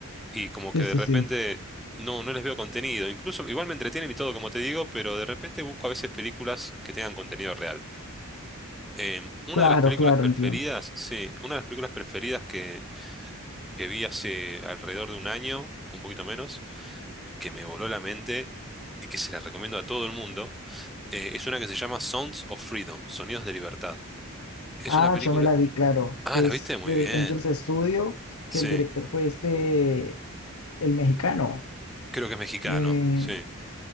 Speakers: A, in the centre; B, on the left.
A: y como
B: sí,
A: que
B: sí,
A: de repente
B: sí.
A: no, no les veo contenido. Incluso igual me entretienen y todo, como te digo, pero de repente busco a veces películas que tengan contenido real. Em, una
B: Claro,
A: de las películas
B: claro,
A: preferidas,
B: entiendo.
A: sí, una de las películas preferidas que, que vi hace alrededor de un año, un poquito menos, que me voló la mente y que se la recomiendo a todo el mundo, eh, es una que se llama Sounds of Freedom, Sonidos de Libertad. Es
B: Ah,
A: una película...
B: yo me la vi, claro.
A: Ah,
B: Es
A: la viste muy
B: de
A: bien.
B: Angels Studio,
A: Sí,
B: que el director fue este, el mexicano.
A: creo que es mexicano.
B: Eh,
A: Sí.